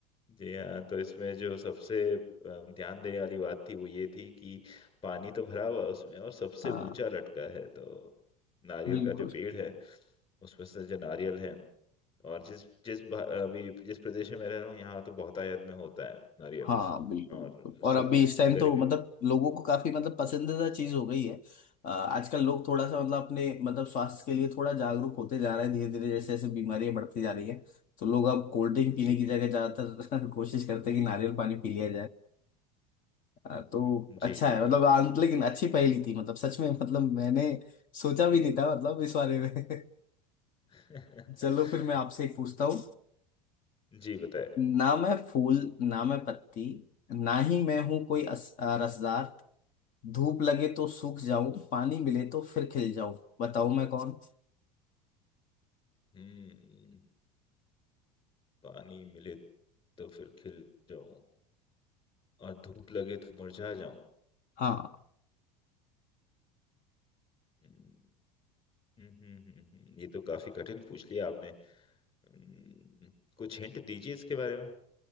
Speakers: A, on the left; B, on the left.
A: जी हाँ तो इसमें जो सबसे अम, ध्यान देने वाली बात थी वो ये थी कि पानी तो भरा हुआ है उसमें और सबसे
B: हाँ
A: ऊंचा लटका है तो नारियल
B: बिल्कुल
A: का जो पेड़ है उसमें से जो नारियल है और जिस जिस भा- अभी जिस प्रदेश में मैं रह रहा हूँ यहाँ तो बहुतायत में होता है नारियल
B: हाँ बिल्कुल
A: और
B: बिल्कुल
A: सु
B: और अभी इस टाइम
A: गरीबी
B: तो मतलब लोगों को काफी मतलब पसंदीदा चीज हो गई है अ, आजकल लोग थोड़ा सा मतलब अपने मतलब स्वास्थ्य के लिए थोड़ा जागरूक होते जा रहे हैं धीरे धीरे जैसे जैसे बीमारियां बढ़ती जा रही है तो लोग अब कोल्ड ड्रिंक पीने
A: जी
B: की जगह ज्यादातर <laughs> कोशिश करते हैं कि नारियल पानी पी लिया अ, तो अच्छा
A: जी जी
B: है
A: जी
B: मतलब
A: जी
B: आं- लेकिन अच्छी पहेली थी मतलब सच में मतलब मैंने सोचा भी नहीं था मतलब इस बारे में <laughs>
A: <laughs>
B: चलो फिर मैं आपसे एक पूछता हूँ
A: जी बताए
B: ना मैं फूल ना मैं पत्ती ना ही मैं हूं कोई अस, अ, रसदार धूप लगे तो सूख जाऊं पानी मिले तो फिर खिल जाऊं बताओ मैं कौन
A: हम्म पानी मिले तो फिर खिल जाऊं और धूप लगे तो मुरझा जाऊं
B: हाँ
A: हम्म। हम्म हम्म, हम्म, हम्म, हम्म, ये तो काफी कठिन पूछ लिया आपने हम्म, कुछ हिंट दीजिए इसके बारे में